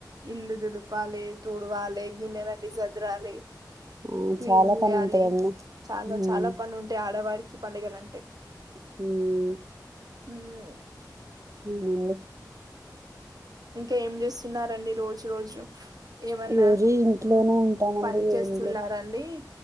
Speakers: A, on the right; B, on the right.
A: ఇల్లుదులు ప్పాలి తుడువాలి గిన్నెలన్ని సదురాలి
B: ఆ
A: క్లీన్
B: చాలా
A: చేయాలి
B: పని ఉంటదండి
A: చాలా
B: హ్మ్
A: చాలా పని ఉం వరికి పండుగ నంటే
B: హు
A: హుమ్
B: ఊ మ్
A: ఇంకా ఏం చేస్తున్నారండి రోజు రోజు ఏమన్నా
B: రోజు ఇంట్లోనే
A: మ్,
B: ఉంటానండి
A: పని
B: ఇగ
A: చేస్తున్నారండి
B: ఏం లేదు